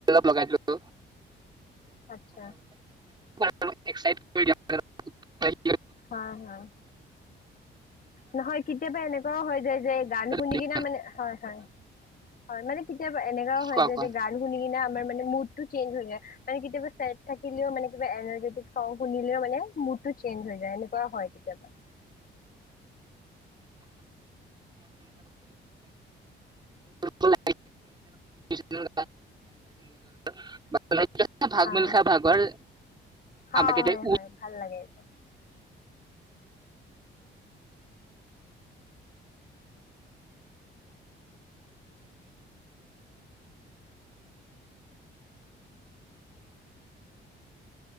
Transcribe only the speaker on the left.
আচ্ছা।
হয় হয় নহয় কেতিয়াবা এনেকুৱাও হয় যায় যে গান শুনি
কিনে মানে হয় হয় হয় মানে।। কেতিয়াবা এনেকাও হয়
যে
যে গান শুনি কিনে।। আমাৰ মানে মুড টো চেঞ্জ হৈ যায়। মানে কেতিয়া চেড থাকিলেও মানে কিবা এনাৰ্জি টো চাউন্দ শুনিলেও মানে মুড টো চেঞ্জ হৈ যায়। এনেকুৱা হয় কেতিয়াবা।
হয়
অ
হয় হয় ভাল লাগে। অ <inaudible> <inaudible>